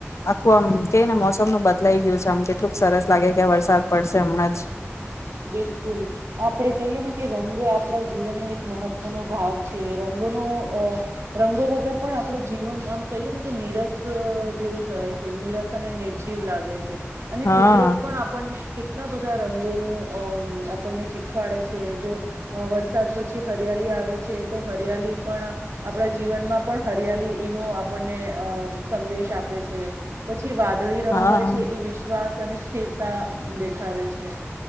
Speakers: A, on the left; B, on the right.
A: આખું આમ. તેઈને મોસમ નું બદલાઈ ગયું છે. આમ કેટલુંક સરસ લાગે કે વરસાદ પડશે હમણાં જ.
B: બિલકુલ આપણે કહીએ ને કે રંગ આપણા જીવનનો એક મહત્વનો ભાગ છે રંગોનો અ રંગો વગર પણ આપણું જીવન આમ કહીએ ને તો નિનીરસ જેવું થાય છે નિનીરસ અને. જીવ લાગે છે અને
A: હા
B: કુદરત પણ આપણને. કેટલા બધા રંગો ન. અ આપણને શીખવાડે છે જો વરસાદ પછી હરિયાલી આવે છે તો હરિયાલી પણ આપણા જીવનમાં પણ હરિયાલી એનો આપણને અ સંદેશ આપે છે. પછી વાદળી રંગ
A: હા
B: હોય છે એ વિશ્વાસ. અનિશ્થિરતા દેખાવે છે.